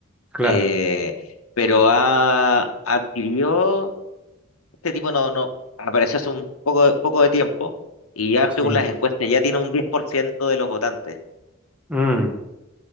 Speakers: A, in the centre; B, on the left (about 85°).
A: claro.
B: eh, pero ha adquirió, este tipo no, no apareció hace un poco, poco de tiempo y ya
A: Sí.
B: según las encuestas ya tiene un 10% de los votantes.
A: Mm,